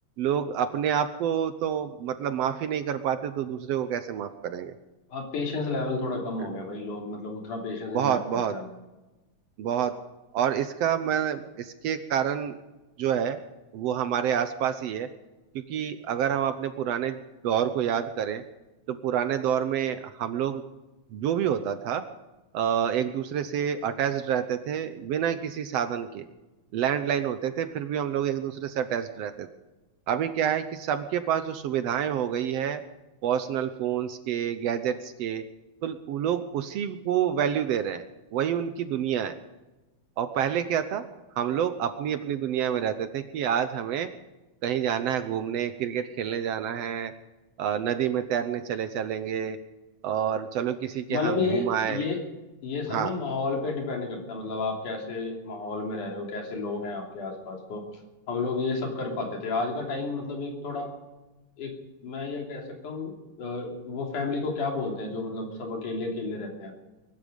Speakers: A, on the right (about 70°); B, on the left (about 85°).
A: लोग अपने आप को तो मतलब माफ ही नहीं कर पाते तो दूसरे को कैसे माफ करेंगे
B: अब पेशेंस लेवल थोड़ा कम
A: हैं?
B: हो गया भाई लोग मतलब उतना पेशेंस नहीं
A: बहुत
B: रखते
A: बहुत
B: अपने आप में
A: बहुत और इसका मैं इसके कारण जो है वो हमारे आसपास ही है क्योंकि अगर हम अपने पुराने दौर को याद करें तो पुराने दौर में हम लोग जो भी होता था अ, एक दूसरे से अटैच्ड रहते थे बिना किसी साधन के लैंडलाइन होते थे फिर भी हम लोग एक दूसरे से अटैच्ड रहते थे अभी क्या है कि सबके पास जो सुविधाएं हो गई है पर्सनल फोन्स के गैजेट्स के तो वो लोग उसी को वैल्यू दे रहे हैं वही उनकी दुनिया है और पहले क्या था हम लोग अपनी अपनी दुनिया में रहते थे कि आज हमें कहीं जाना है घूमने क्रिकेट खेलने जाना है अ, नदी में तैरने चले चलेंगे और चलो किसी के
B: मतलब
A: यहाँ
B: ये
A: घूम आए
B: ये ये सब
A: हाँ
B: ना माहौल पे डिपेंड करता है मतलब आप कैसे माहौल में रह रहे हो कैसे लोग हैं आपके आसपास तो हम लोग ये सब कर पाते थे आज का टाइम मतलब एक थोड़ा एक मैं ये कह सकता हूँ अ, वो फैमिली को क्या बोलते हैं जो मतलब सब अकेले अकेले रहते हैं